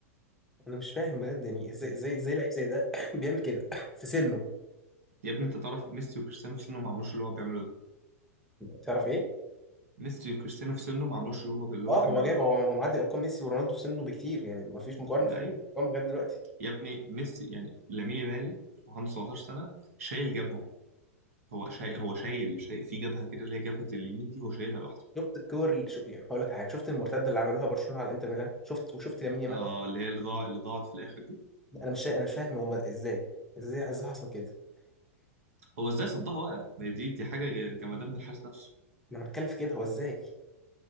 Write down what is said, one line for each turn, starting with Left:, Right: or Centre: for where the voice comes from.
Centre: انا مش فاهم بجد يعني ازاي ازاي ازاي لعيب زي ده <coughs> بيعمل كده <coughs> في سنه
Right: يا ابني انت تعرف ميسي وكريستيانو في سنه ما عملوش اللي هو بيعمله ده
Centre: تعرف ايه
Right: ميسي وكريستيانو في سنه ما عملوش اللي هم اللي
Centre: اه
Right: هو كان
Centre: هو
Right: بيعمله
Centre: جايب هو هو معدي ارقام ميسي ورونالدو في سنه بكتير يعني ما فيش مقارنه
Right: ده
Centre: في
Right: ايوه
Centre: الارقام لغايه دلوقتي
Right: يا ابني ميسي يعني لامين يامال وعنده 17 سنه شايل جبهه هو شايل هو شايل شايل في جبهه كده اللي هي جبهه اليمين دي هو شايلها لوحده
Centre: شفت الكور اللي شو يعني هقول لك على حاجه شفت المرتده اللي عملوها برشلونه على انتر ميلان شفت وشفت لامين يامال
Right: اه اللي هي اللي ضاع اللي ضاعت في الاخر دي
Centre: انا مش شا... انا مش فاهم هم ازاي ازاي ازاي حصل كده
Right: هو ازاي صدها بقى ما هي دي دي حاجه ج- جمدان من الحارس نفسه
Centre: ما انا بتكلم في كده هو ازاي